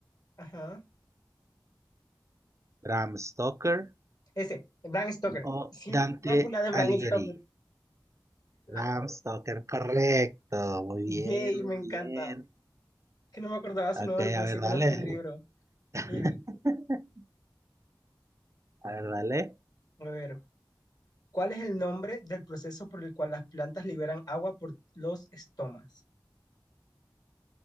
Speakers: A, on the left; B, on the right.
A: ajá.
B: Bram Stoker
A: Ese, Bram Stoker.
B: o
A: Sí,
B: Dante
A: Drácula de Bram
B: Alighieri.
A: Stoker.
B: Bram
A: Ah,
B: Stoker, correcto. Muy
A: Jay,
B: bien, muy
A: me encanta.
B: bien.
A: Que no me acordaba su
B: Ok,
A: nombre, pero
B: a ver,
A: sí conozco
B: dale.
A: el libro.
B: <laughs>
A: Y,
B: A ver, dale.
A: a ver, ¿cuál es el nombre del proceso por el cual las plantas liberan agua por los estomas?